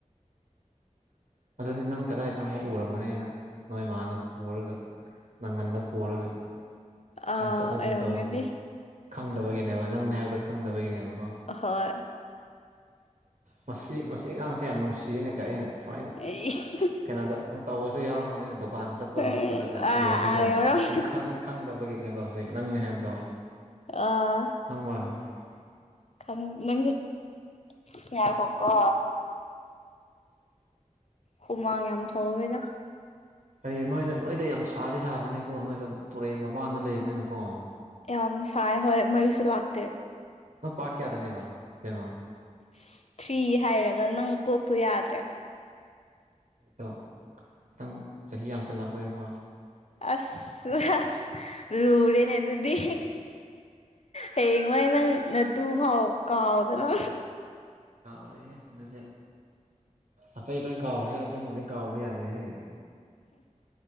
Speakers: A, on the right; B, on the left.
A: ꯑꯗꯨꯗꯤ ꯅꯪ ꯀꯗꯥꯏꯗꯅꯣꯃ ꯎꯔꯝꯒꯅꯤ ꯑꯩꯅ ꯅꯣꯏ ꯃꯥꯅ ꯄꯣꯔꯒ ꯅꯪꯒꯟꯗ ꯄꯣꯔꯒ
B: ꯑꯥ
A: ꯆꯠ ꯊꯣꯛ
B: ꯑꯣꯏꯔꯝꯒꯅꯤ
A: ꯆꯠꯁꯤꯟ ꯇꯧꯕꯗ ꯈꯪꯗꯕꯒꯤꯅꯦꯕ ꯅꯪꯅꯦ ꯍꯥꯏꯕꯗꯣ ꯈꯪꯗꯕꯒꯤꯅꯦꯕꯀꯣ
B: ꯍꯣꯏ
A: ꯃꯁꯤ ꯃꯁꯤ ꯑꯉꯥꯡꯁꯦ ꯌꯥꯝ ꯅꯨꯡꯁꯤꯌꯦꯅ ꯀꯥꯏ ꯑꯩꯅ ꯁꯨꯃꯥꯏꯅ
B: ꯑꯩꯏꯁ
A: ꯀꯩꯅꯣꯗ ꯇꯧꯕꯁꯨ ꯌꯥꯎꯔꯝꯒꯅꯤ ꯗꯨꯀꯥꯟ ꯆꯠꯄꯗ
B: ꯍꯣꯏ
A: ꯈꯣꯠꯄꯗꯒ
B: ꯑꯥ
A: ꯎꯔꯗꯤꯀꯣ
B: ꯑꯥ ꯌꯥꯎꯔꯝ
A: ꯑꯗꯨ ꯈꯪ ꯈꯪꯗꯕꯒꯤꯅꯦꯕ ꯍꯧꯖꯤꯛ ꯅꯪꯅꯤ ꯍꯥꯏꯕꯗꯣ
B: ꯑꯥ
A: <unintelligible>
B: ꯈꯪ ꯅꯪꯁꯨ <inaudible> ꯉꯥꯏꯈꯣ ꯀꯣ ꯍꯨꯃꯥꯡ ꯌꯥꯝ ꯊꯧꯋꯦꯗ
A: ꯍꯌꯦꯡ ꯅꯣꯏꯗ ꯅꯣꯏꯗ ꯌꯥꯝ ꯁꯥꯗꯤ ꯁꯥꯒꯅꯦꯀꯣ ꯅꯣꯏꯗ ꯇꯨꯔꯦꯟ ꯃꯄꯥꯟꯗ ꯂꯩꯕꯅꯤꯅꯀꯣ
B: ꯌꯥꯝ ꯁꯥꯏ ꯍꯣꯏ ꯃꯩꯁꯨ ꯂꯥꯛꯇꯦ
A: ꯅꯪ ꯄꯥꯠ ꯀꯌꯥꯗꯅꯦꯕ ꯏꯕꯦꯝꯃꯥ
B: ꯑꯁ ꯊ꯭ꯔꯤ ꯍꯥꯏꯔꯒ ꯅꯪ ꯀꯣꯛꯇꯣ ꯌꯥꯗ꯭ꯔꯦ
A: ꯑꯗꯣ ꯈꯤꯇꯪ ꯆꯍꯤ ꯌꯥꯝꯁꯜꯂꯛꯄꯩꯀꯣ
B: ꯑꯁ ꯑꯁ ꯂꯨꯔꯦꯅꯦ ꯑꯗꯨꯗꯤ ꯍꯌꯦꯡꯋꯥꯏ ꯅꯪ ꯅꯇꯨ ꯐꯥꯎ ꯀꯥꯎꯗꯅ
A: ꯀꯥꯎꯔꯣꯏ ꯍꯦ ꯑꯗꯨꯗꯤ ꯑꯇꯩ ꯂꯣꯏ ꯀꯥꯎꯈ꯭ꯔꯁꯨ ꯑꯗꯨꯃꯗꯤ ꯀꯥꯎꯕ ꯌꯥꯗꯦꯍꯦ